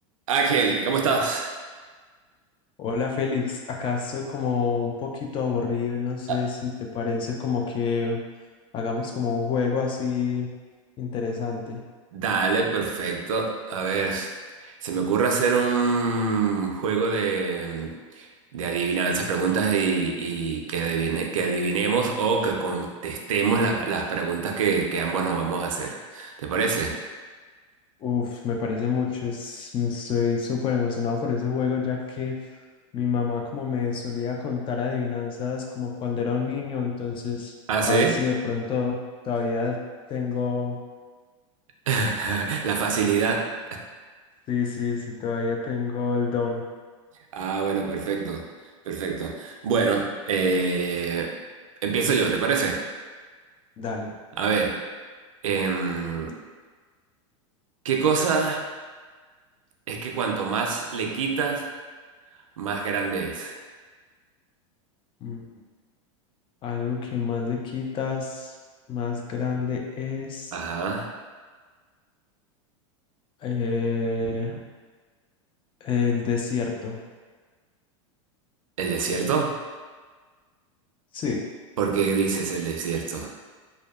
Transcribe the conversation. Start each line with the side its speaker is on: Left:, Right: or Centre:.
Right: Ángel, ¿cómo estás?
Left: Hola Félix, acá estoy como un poquito aburrido, no sé
Right: Ah,
Left: si te parece como que hagamos como un juego así interesante.
Right: Dale, perfecto. A ver, se me ocurre hacer un juego de, de adivinanzas, preguntas y, y que adivine- que adivinemos o que contestemos las, las preguntas que, que ambos nos vamos a hacer. ¿Te parece?
Left: Uf, me parece mucho, es- mm, estoy súper emocionado por ese juego ya que mi mamá como me solía contar adivinanzas como cuando era un niño, entonces
Right: ¿Ah, sí?
Left: a ver si de pronto todavía tengo,
Right: <laughs> La facilidad.
Left: sí, sí, sí, todavía tengo el don.
Right: Ah, bueno, perfecto, perfecto. Bueno, eh, empiezo yo, ¿te parece?
Left: Dale.
Right: A ver, em, ¿qué cosa? Es que cuanto más le quitas, más grande es.
Left: Mm. Algo que más le quitas, más grande es
Right: Ajá.
Left: eh, el desierto.
Right: ¿El desierto?
Left: Sí,
Right: ¿Por qué dices el desierto?